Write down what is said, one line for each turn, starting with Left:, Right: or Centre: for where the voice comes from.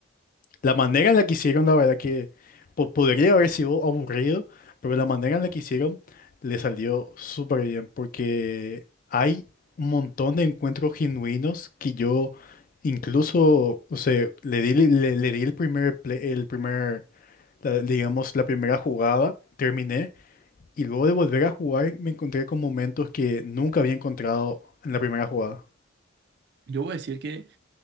Left: La manera en la que hicieron, la verdad que po- podría haber sido aburrido, pero la manera en la que hicieron le salió súper bien, porque hay un montón de encuentros genuinos que yo incluso, o sea, le di, le, le di el primer, play- el primer, la- digamos, la primera jugada, terminé, y luego de volver a jugar me encontré con momentos que nunca había encontrado en la primera jugada.
Right: Yo voy a decir que